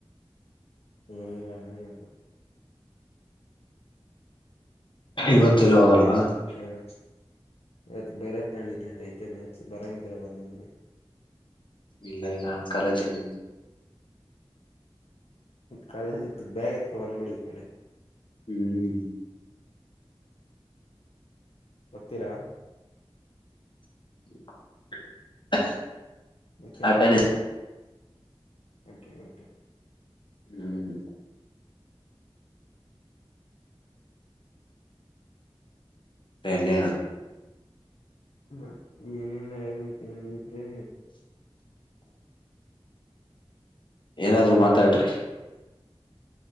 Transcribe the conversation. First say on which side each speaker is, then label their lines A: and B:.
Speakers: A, on the left; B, on the left.
A: ಏನಿಲ್ಲ ಹೇಳಿ. ಏನಾದ್ರರು
B: ಇವತ್ತೆಲ್ಲೂ
A: ಇದ್ರೆ
B: ಹೋಗಲ್ವಾ
A: ಹೇಳಿ ಹೇಳಣ ಅದ ಬೈರಾತ್ನಲ್ಲಿ ಇದಲ್ಲ ಐತೆ ಮ್ಯಾಚ್ ಬರಂಗಿದ್ರೆ ಒಂದ್
B: ಇಲ್ಲ ಇಲ್ಲ ಕಾಲೇಜ್ ಅಲ್ಲಿ ಇದ್ದೀನಿ.
A: ಕಾಲೇಜ್ ಇತ್ತು ಬ್ಯಾಗ ಎತ್ಕ ಬಂದ್ಬಿಡಿ ಈ ಕಡೆ
B: ಹ್ಮ್
A: ಕೊತ್ತಿರ
B: <inaudible>
A: ಓಕೆ
B: ಆಟನೇ
A: ಓಕೆ ಓಕೆ
B: ಹ್ಮ್ ಎನ್ನೇನು
A: ಹ ಏನೆಲ್ಲ ಹೇಳ್ಬೇಕನಿದ್ರೆ
B: ಏನಾದ್ರು ಮಾತಾಡ್ರಿ.